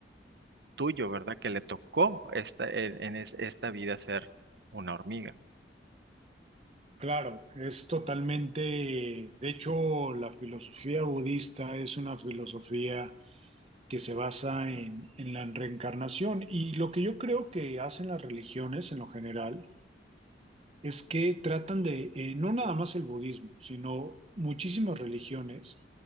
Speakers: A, on the right; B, on the right.
A: tuyo, ¿verdad? Que le tocó esta, en, en es- esta vida ser una hormiga.
B: Claro, es totalmente, de hecho, la filosofía budista es una filosofía que se basa en, en la reencarnación y lo que yo creo que hacen las religiones en lo general es que tratan de, eh, no nada más el budismo, sino muchísimas religiones